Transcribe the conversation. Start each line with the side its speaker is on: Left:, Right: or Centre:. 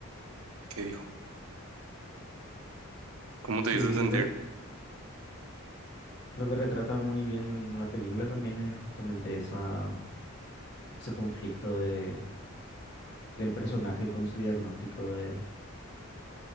Right: que dijo. ¿Cómo
Left: Sí,
Right: te hizo sentir?
Left: lo que, re- lo que retrata muy bien la película también es justamente esa, ese conflicto de, del personaje con su diagnóstico de,